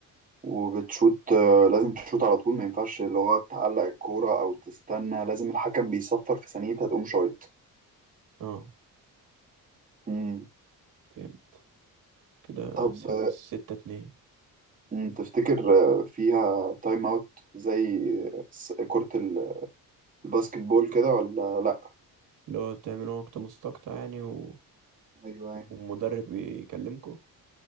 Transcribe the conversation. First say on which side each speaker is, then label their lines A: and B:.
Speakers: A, on the right (about 20°); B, on the right (about 60°).
A: وبتشوت آه، لازم تشوت على طول ما ينفعش اللي هو تعلق الكورة أو تستنى لازم الحكم بيصفر في ثانيتها تقوم شايط
B: اه
A: مم.
B: فهمت كده
A: طب
B: س-
A: آه،
B: ستة اتنين
A: مم، تفتكر آه، فيها تايم أوت زي س- كرة ال- الباسكت بول كده ولا لأ؟
B: اللي هو تعملوا وقت مستقطع يعني و...
A: أيوه أيوه
B: والمدرب يكلمكوا